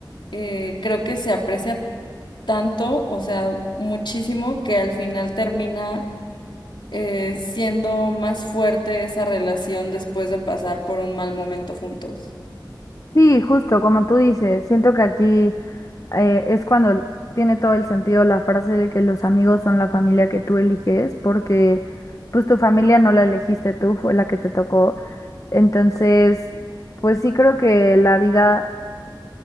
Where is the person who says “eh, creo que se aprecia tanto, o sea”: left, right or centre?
Left